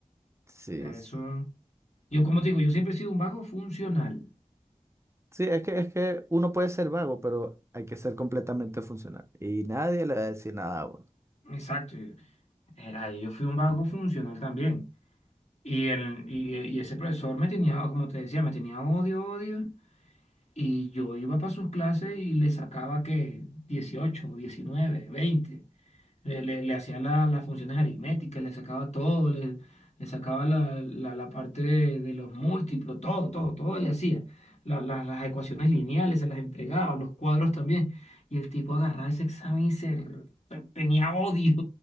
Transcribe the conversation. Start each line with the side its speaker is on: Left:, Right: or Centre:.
Right: Sí,
Left: sea,
Right: sí.
Left: eso... Yo, como te digo, yo siempre he sido un vago funcional.
Right: Sí, es que, es que uno puede ser vago, pero hay que ser completamente funcional. Y nadie le va a decir nada a uno.
Left: Exacto. yo- eh, ahí yo fui un vago funcional también. Y, el, y, y ese profesor me tenía, como te decía, me tenía odio, odio. Y yo iba para sus clases y le sacaba que dieciocho diecinueve veinte Le, le, le hacía la- las funciones aritméticas, le sacaba todo, le, le sacaba la, la, la parte de, de los múltiplos, todo, todo, todo le hacía. La- la- las ecuaciones lineales se las entregaba, los cuadros también. Y el tipo agarraba ese examen y se r- tenía odio,